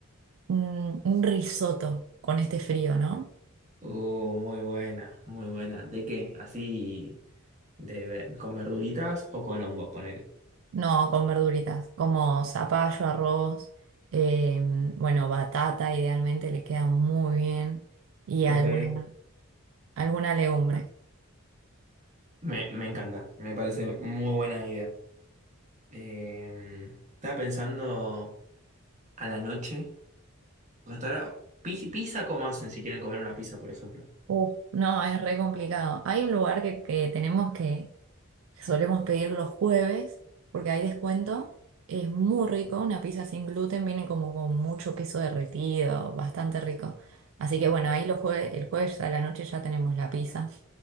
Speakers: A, on the right; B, on the right.
A: Mm, un risotto con este frío, ¿no?
B: Oh, muy buena, muy buena. ¿De qué? ¿Así de, ver- con verduritas o con hongos, ponele?
A: No, con verduritas, como zapallo, arroz, eh, bueno, batata, idealmente le queda muy bien, y
B: Ok.
A: alguna, alguna legumbre.
B: Me, me encanta, me parece muy buena idea. Eh, estaba pensando a la noche, porque hasta ahora, pi- pizza, ¿cómo hacen si quieren comer una pizza, por ejemplo?
A: Uf, no, es re complicado. Hay un lugar que, que tenemos que Solemos pedir los jueves porque hay descuento. Es muy rico, una pizza sin gluten viene como con mucho queso derretido, bastante rico. Así que bueno, ahí los jue- el jueves a la noche ya tenemos la pizza.